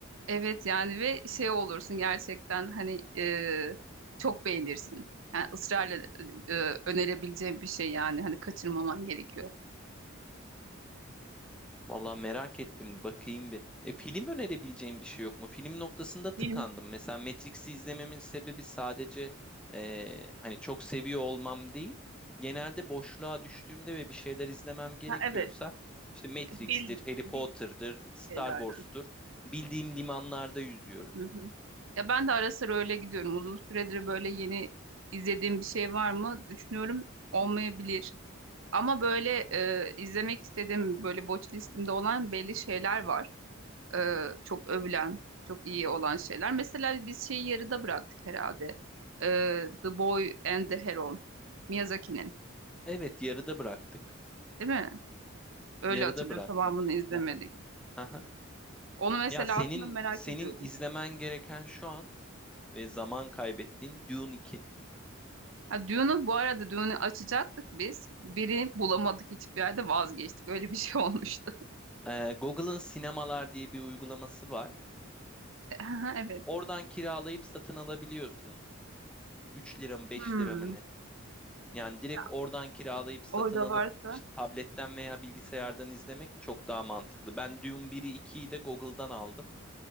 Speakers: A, on the right; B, in the centre.
A: Evet yani ve şey olursun gerçekten hani e, çok beğenirsin. Yani ısrarla e, önerebileceğim bir şey yani hani kaçırmaman gerekiyor.
B: Vallahi merak ettim. Bakayım bir. E, film önerebileceğim bir şey yok mu? Film noktasında tıkandım.
A: Film.
B: Mesela Matrix'i izlememin sebebi sadece e, hani çok seviyor olmam değil. Genelde boşluğa düştüğümde ve bir şeyler izlemem gerekiyorsa
A: Ha, evet.
B: işte Matrix'tir,
A: Bil,
B: Harry Potter'dır,
A: bildik
B: Star
A: şeylerden.
B: Wars'tur. Bildiğim limanlarda yüzüyorum.
A: Hı hı. Ya ben de ara sıra öyle gidiyorum. Uzun süredir böyle yeni izlediğim bir şey var mı düşünüyorum olmayabilir. Ama böyle e, izlemek istediğim böyle watch listemde olan belli şeyler var. e, çok övülen, çok iyi olan şeyler. Mesela biz şeyi yarıda bıraktık herhalde. E, The Boy and the Heron. Miyazaki'nin,
B: Evet, yarıda bıraktık.
A: değil mi? Öyle
B: Yarıda
A: hatırlıyorum.
B: bıraktık.
A: Tamamını izlemedik.
B: Aha, aha.
A: Onu mesela
B: Ya senin
A: aslında merak
B: senin
A: ediyordum.
B: izlemen gereken şu an ve zaman kaybettiğin Dune iki.
A: Ha, Dune'u bu arada Dune'u açacaktık biz. Birini bulamadık hiçbir yerde vazgeçtik. Öyle bir şey <laughs> olmuştu.
B: Ee, Google'ın sinemalar diye bir uygulaması var.
A: Aha, Evet.
B: Oradan kiralayıp satın alabiliyorsun. üç lira mı 5
A: Hmm.
B: lira mı ne? Yani direkt
A: Ya,
B: oradan kiralayıp satın
A: orada
B: alıp
A: varsa
B: işte tabletten veya bilgisayardan izlemek çok daha mantıklı. Ben Dune 1'i 2'yi de Google'dan aldım.